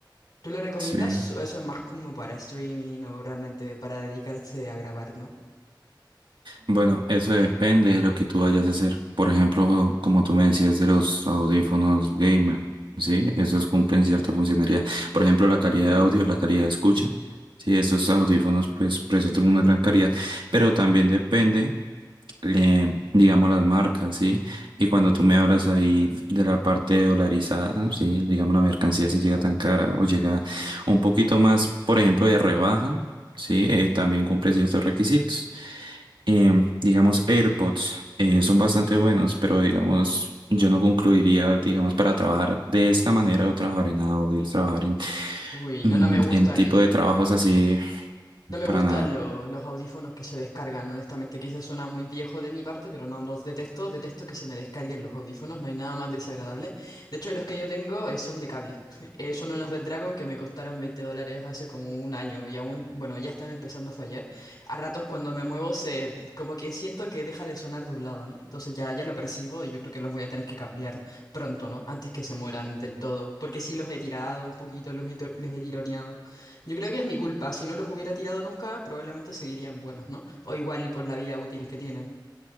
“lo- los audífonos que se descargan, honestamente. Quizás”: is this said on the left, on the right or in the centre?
Left